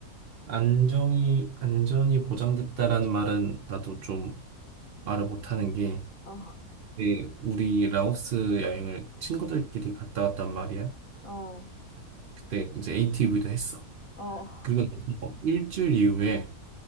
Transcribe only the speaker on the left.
어,
어,
어,